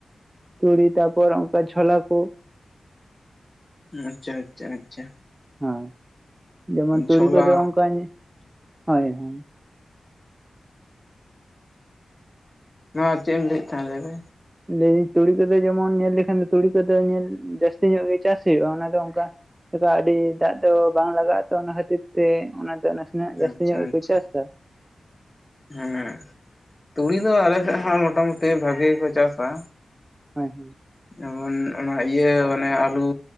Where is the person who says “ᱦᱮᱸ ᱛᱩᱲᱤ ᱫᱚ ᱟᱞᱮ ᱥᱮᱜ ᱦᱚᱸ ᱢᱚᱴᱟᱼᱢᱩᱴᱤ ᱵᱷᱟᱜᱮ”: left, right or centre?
Left